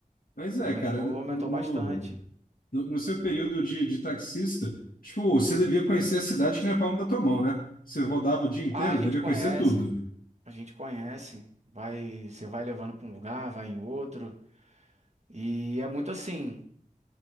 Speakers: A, on the left (about 80°); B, on the right (about 50°).
A: Mas
B: aumentou,
A: é, cara, no,
B: aumentou
A: no-
B: bastante.
A: No, no seu período de, de taxista, tipo, você devia conhecer a cidade que não é palma da tua mão, né? Você rodava o dia inteiro,
B: Ah, a gente
A: devia
B: conhece,
A: conhecer tudo.
B: a gente conhece. Vai, você vai levando para um lugar, vai em outro. E é muito assim.